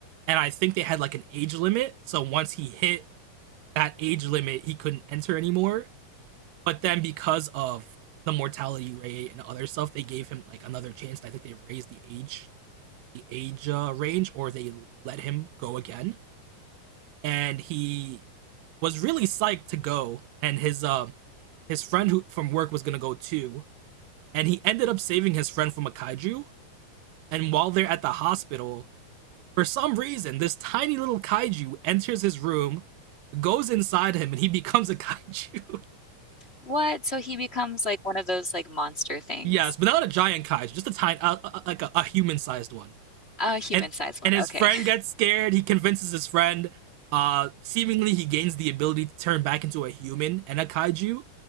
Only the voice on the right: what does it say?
and I think they had like an age limit. So once he hit that age limit, he couldn't enter anymore. But then because of the mortality rate and other stuff, they gave him like another chance. I think they raised the age the age uh, range or they let him go again. And he was really psyched to go and his uh his friend who from work was gonna go too. And he ended up saving his friend from a kaiju. And while they're at the hospital, for some reason, this tiny little kaiju enters his room, goes inside him, and he <laughs> becomes a kaiju.
Yes, but not a giant kaiju, just a tiny, uh, uh, like a, a human-sized one.
And
and his
friend gets scared. He convinces his friend. Uh, seemingly he gains the ability to turn back into a human and a kaiju.